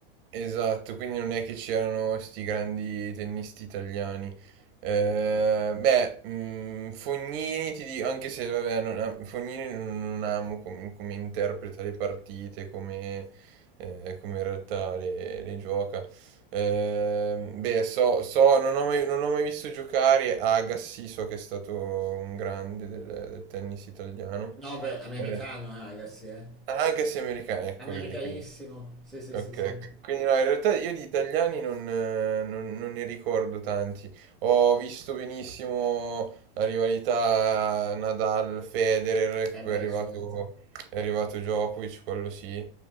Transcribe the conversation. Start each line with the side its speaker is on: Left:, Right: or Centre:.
Right: esatto, quindi non è che c'erano sti grandi tennisti italiani. Eh, beh, mh, Fognini ti dico, anche se vabbè, non am- Fognini non, non amo come, come interpreta le partite, come, eh, come in realtà le le gioca. Ehm, beh, so, so- non ho mai, non ho mai visto giocare Agassi, so che è stato un grande del, del tennis italiano.
Centre: No, beh, americano,
Right: Eh,
Centre: eh, ragazzi, eh.
Right: anche se americano, ecco,
Centre: Americanissimo,
Right: vedi, quindi.
Centre: sì, sì,
Right: Ok,
Centre: sì, sì.
Right: ok. quindi no, in realtà io di italiani non, eh, non- non ne ricordo tanti. Ho visto benissimo la rivalità Nadal-Federer,
Centre: Eh
Right: che poi
Centre: beh,
Right: è arrivato,
Centre: certo.
Right: è arrivato Djokovic, quello sì.